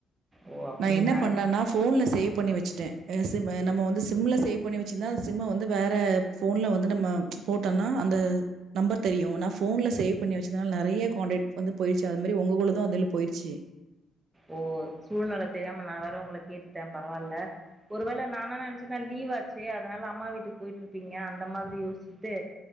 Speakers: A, on the right (about 20°); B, on the right (about 75°).
A: ஓ அப்படிங்களா
B: நா என்ன பண்ணனா ஃபோன்ல சேவ் பண்ணி வச்சுட்டே சிம் நம்ம வந்து சிம்ல சேவ் பண்ணி வச்சிருந்தா அந்த சிம்ம வந்து வேற ஃபோன்ல வந்து நம்ம போட்டொனா அந்த த நம்பர் தெரியு நா ஃபோன்ல சேவ் பண்ணி வச்சதுனால நறைய காண்டக்ட் வந்து போயிருச்சு அது மாரி உங்குளுது அது போயிருச்சு
A: ஓ சூழ்நிலை தெரியாம நா வேற உங்கள கேட்டுட்டே பரவால்ல ஒரு வேள நா என்ன நெனச்சேன்னா லீவ் ஆச்சே அதனால அம்மா வீட்டுக்கு போயிட்டு இருப்பீங்க அந்த மாரி யோசிச்சிட்டு